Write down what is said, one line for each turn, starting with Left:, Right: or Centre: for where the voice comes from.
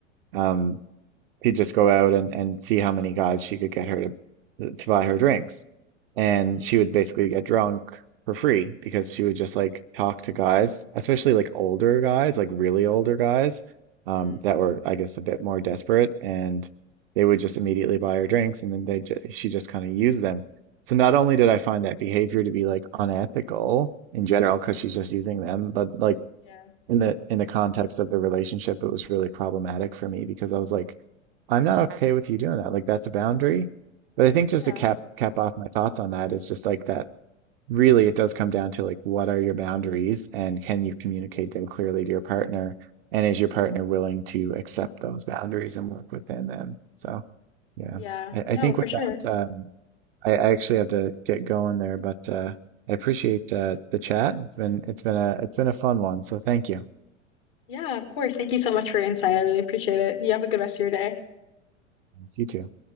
Right: Um, she'd just go out and, and see how many guys she could get her to to buy her drinks. And
Left: Mm,
Right: she would basically get drunk for free because she would just like talk to guys, especially like older guys, like really older guys, um,
Left: mm,
Right: that were, I guess, a bit more desperate, and they would just immediately buy her drinks, and then they ju she just kind of used them. So not only did I find that behavior to be like unethical in general because she's just using them, but like
Left: yeah.
Right: in the in the context of the relationship, it was really problematic for me because I was like, I'm not okay with you doing that. Like that's a boundary. But I think just
Left: Yeah.
Right: to cap cap off my thoughts on that is just like that really it does come down to like what are your boundaries and can you communicate them clearly to your partner? And is your partner
Left: Mm,
Right: willing to accept those boundaries and work within them? So yeah.
Left: yeah.
Right: I,
Left: No,
Right: I think
Left: for
Right: with
Left: sure.
Right: that, um, I, I actually have to get going there, but uh I appreciate uh, the chat. It's been it's been a it's been a fun one, so thank you.
Left: Yeah, of course. Thank you so much for your insight. I really appreciate it. You have a good rest of your day.
Right: You too.